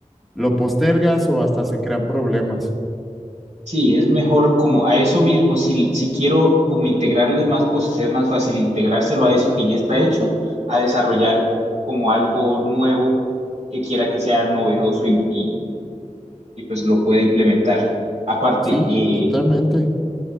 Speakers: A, in the centre; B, on the right.
A: lo postergas o hasta se crean problemas.
B: Sí, es mejor como a eso mismo, si, si quiero como integrarles más cosas, es más fácil integrárselo a eso que ya está hecho, a desarrollar como algo nuevo que quiera que sea novedoso y, y- y, pues lo pueda implementar. Aparte,
A: Sí,
B: eh,
A: totalmente.